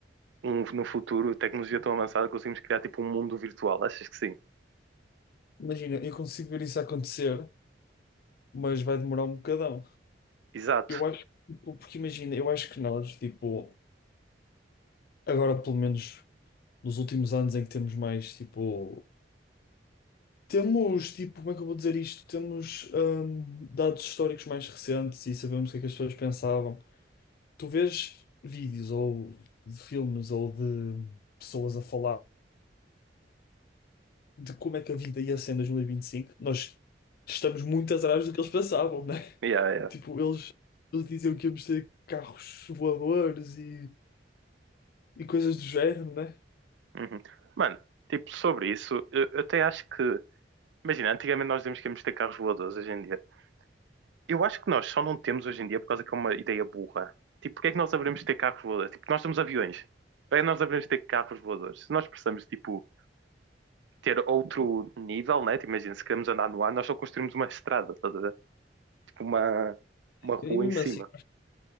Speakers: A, on the right (about 75°); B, on the left (about 55°).
A: um, no futuro tecnologia tão avançada que conseguimos criar tipo um mundo virtual, achas que sim?
B: Imagina, eu consigo ver isso acontecer, mas vai demorar um bocadão.
A: Exato.
B: Eu acho, tipo, porque imagina, eu acho que nós, tipo, agora pelo menos nos últimos anos em que temos mais, tipo. Temos, tipo, como é que eu vou dizer isto? Temos hum, dados históricos mais recentes e sabemos o que é que as pessoas pensavam. Tu vês vídeos ou de filmes ou de pessoas a falar de como é que a vida ia ser em 2025, nós estamos muito atrás do que eles pensavam, né?
A: Yeah,
B: <laughs>
A: yeah.
B: Tipo, eles, eles diziam que íamos ter carros voadores e, e coisas do género, né?
A: Uhum. Mano, tipo, sobre isso, eu, eu até acho que, imagina, antigamente nós dizíamos que íamos ter carros voadores hoje em dia. Eu acho que nós só não temos hoje em dia por causa que é uma ideia burra. Tipo, porque é que nós haveremos de ter carros voadores? Tipo, nós temos aviões. Para que nós haveremos de ter carros voadores? Se nós precisamos, tipo, ter outro nível, né? Tipo, Imagina, se queremos andar no ar, nós só construímos uma estrada, estás a ver? Tipo, uma, uma rua
B: E mesmo
A: em cima.
B: assim,